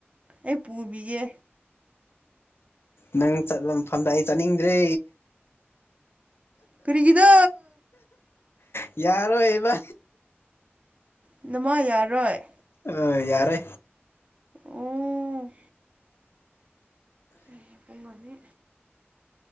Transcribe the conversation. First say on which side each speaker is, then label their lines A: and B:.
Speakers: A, on the right; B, on the left.
A: ꯑꯩ ꯄꯨꯕꯤꯒꯦ
B: ꯅꯪ ꯆꯠꯂ ꯃꯐꯝꯗ ꯑꯩ ꯆꯠꯅꯤꯡꯗ꯭ꯔꯦ
A: ꯀꯔꯤꯒꯤꯅꯣ
B: ꯌꯥꯔꯣꯏꯕ
A: ꯅꯃꯥ ꯌꯥꯔꯣꯏ
B: ꯑꯥ ꯌꯥꯔꯦ
A: ꯑꯣ ꯑꯩ ꯄꯨꯡ ꯑꯅꯤ